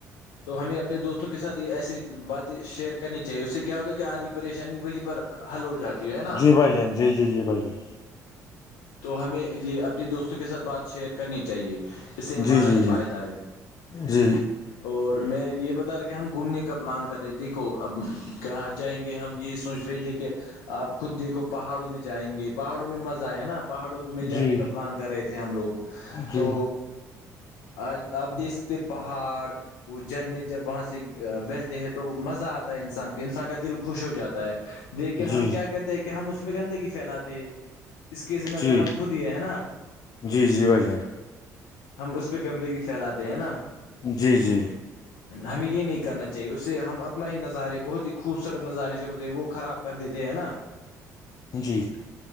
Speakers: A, on the left; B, on the left.
A: تو ہمیں دوستوں کے ساتھ یہ ایسی باتیں شیئر کرنی چاہیے اس سے کیا ہوتا ہے کہ آدھی پریشانی وہیں پر حل ہو جاتی ہے نا
B: جی بائی جان جی جی جی بائی جان
A: تو ہمیں یہ اپنی دوستوں کے ساتھ بات شیئر کرنی چاہیے اس سے ہمارا
B: جی جی
A: ہی
B: جی
A: فائدہ ہے
B: جی
A: اور میں یہ بتا کے ہم گھومنے کا پلان کر رہے دیکھو اب کہاں جائیں گے ہم یہی سوچ رہے تھے کہ آپ خود دیکھو پہاڑوں میں جائیں گے پہاڑوں میں مزہ آیا نا پہاڑوں میں جانے
B: جی
A: کا پلان کر رہے تھے ہم لوگ
B: جی
A: تو آ آپ دیکھ سکتے پہاڑ وہ جرنی جب وہاں سے بہتے ہیں تو مزہ آتا ہے انسان کے انسان کا دل خوش ہو جاتا ہے لیکن
B: جی
A: ہم کیا کہتے ہیں کہ ہم اس میں گندگی پھیلاتے ہیں اس کی ذمہ
B: جی
A: دار ہم خود ہی ہے نا
B: جی جی بھائی جان
A: ہم اس پہ گندگی پھیلاتے ہیں نا
B: جی جی
A: ہمیں یہ نہیں کرنا چاہیے اس سے ہم اپنا ہی نظارے بہت ہی خوبصورت نظارے جو ہوتے ہیں وہ خراب کر دیتے ہے نا
B: جی